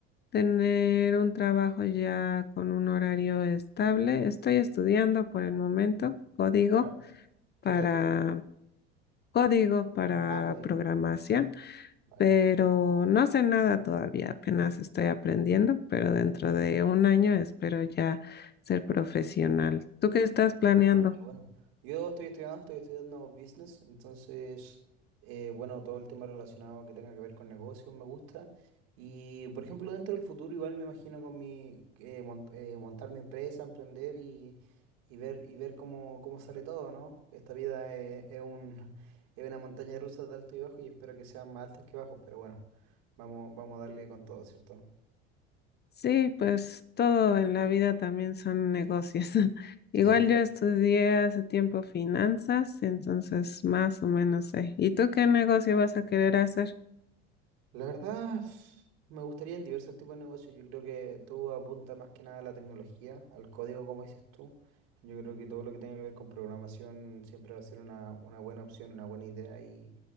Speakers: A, on the left; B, on the right.
A: tener un trabajo ya con un horario estable. Estoy estudiando por el momento código
B: ¿Ya? ¿Qué
A: para
B: estás estudiando?
A: código para
B: Ah, código,
A: programación.
B: vale.
A: pero no sé nada todavía, apenas estoy aprendiendo, pero dentro de un año espero ya ser profesional. ¿Tú qué estás planeando?
B: Ah, qué bueno. Yo estoy estudiando, estoy estudiando business, entonces, eh, bueno, todo el tema relacionado que tenga que ver con negocios me gusta. Y, por ejemplo, dentro del futuro igual me imagino con mi, que mon- eh, montar mi empresa, emprender y, y ver, y ver cómo, cómo sale todo, ¿no? Esta vida es, es un, es una montaña rusa de alto y bajo y espero que sean más altos que bajos, pero bueno, vamos, vamos a darle con todo, ¿cierto?
A: Sí, pues todo en la vida también son negocios. <laughs> Igual
B: Sí.
A: yo estudié hace tiempo finanzas, entonces más o menos sé. ¿Y tú qué negocio vas a querer hacer?
B: La verdad, me gustaría en diversos tipos de negocios. Yo creo que todo apunta más que nada a la tecnología, al código, como dices tú. Yo creo que todo lo que tenga que ver con programación siempre va a ser una, una buena opción, una buena idea y,